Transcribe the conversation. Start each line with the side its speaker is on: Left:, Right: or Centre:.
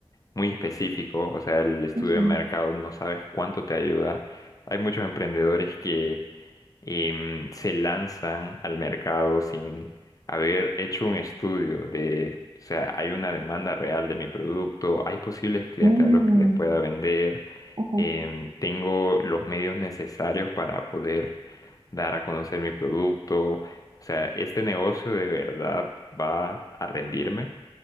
Left: muy específico, o sea, el estudio
Right: Ujú.
Left: de mercado no sabes cuánto te ayuda. Hay muchos emprendedores que em, se lanzan al mercado sin haber hecho un estudio de, o sea, hay una demanda real de mi producto, hay posibles clientes
Right: Mm,
Left: a los que les pueda vender,
Right: ujú.
Left: em, tengo los medios necesarios para poder dar a conocer mi producto. O sea, este negocio de verdad va a rendirme.